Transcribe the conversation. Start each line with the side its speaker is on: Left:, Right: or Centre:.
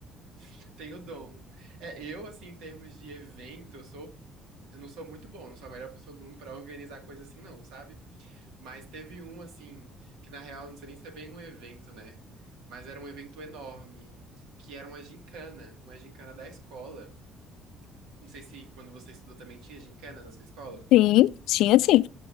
Right: <laughs> Tenho dom. É, eu, assim, em termos de evento, eu sou, eu não sou muito bom, não sou a melhor pessoa do mundo pra organizar coisa assim, não, sabe? Mas teve um, assim, que na real, não sei nem se é bem um evento, né? Mas era um evento enorme, que era uma gincana, uma gincana da escola. Não sei se quando você estudou também tinha gincanas na sua escola.
Left: Sim, sim, assim.